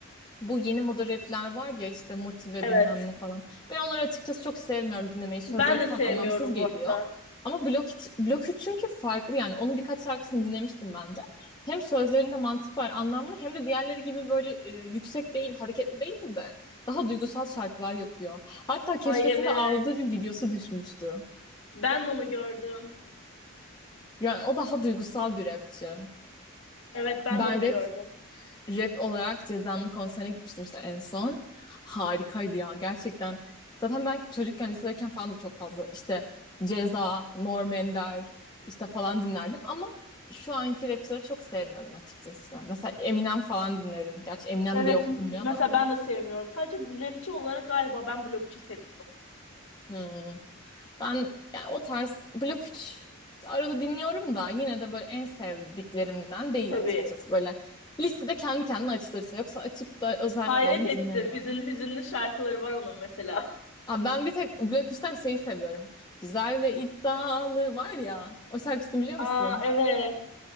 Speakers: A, on the left; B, on the left.
A: Bu yeni moda rapler var ya işte motive
B: Evet.
A: bilmem ne falan. Ben onları açıkçası çok sevmiyorum dinlemeyi. Sözleri
B: Ben de
A: falan
B: sevmiyorum
A: anlamsız geliyor.
B: bu arada.
A: Ama Blok, iç- Blok 3 çünkü farklı yani. Onun birkaç şarkısını dinlemiştim ben de. Hem sözlerinde mantık var anlamlı hem de diğerleri gibi böyle e, yüksek değil, hareketli değil de daha duygusal şarkılar yapıyor. Hatta keşfetimde
B: Ay evet.
A: ağladığı bir videosu düşmüştü.
B: Ben de onu gördüm.
A: Yani o daha duygusal bir rapçi.
B: Evet ben
A: Ben
B: de onu
A: rap
B: gördüm.
A: Rap olarak Ceza'nın konserine gitmiştim işte en son. Harikaydı ya gerçekten. Zaten ben çocukken lisedeyken falan da çok fazla işte Ceza, Norm Ender işte falan dinlerdim ama şu anki rapçileri çok sevmiyorum açıkçası. Mesela Eminem falan dinlerim. Gerçi Eminem
B: Evet
A: diye okunmuyor
B: mesela
A: da.
B: ben de sevmiyorum. Sadece rapçi olarak galiba ben Blokçu seviyorum.
A: Hmm. Ben yani o tarz Blok 3 arada dinliyorum da yine de böyle en sevdiklerimden değil
B: Tabii.
A: açıkçası. Böyle listede kendi kendine açılırsa yoksa açıp da özellikle
B: Hayret
A: onu
B: ettim.
A: dinlemiyorum.
B: Üzün, hüzünlü şarkıları var onun mesela. <laughs>
A: Abi ben bir tek Blok üçten şeyi seviyorum. Güzel ve iddialı var ya. O şarkısını biliyor
B: Aa
A: musun?
B: evet.